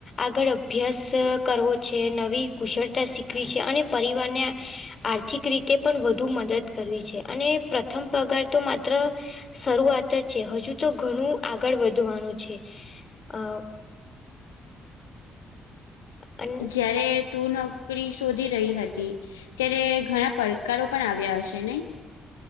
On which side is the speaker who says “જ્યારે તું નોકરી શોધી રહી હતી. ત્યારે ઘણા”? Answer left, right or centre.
Left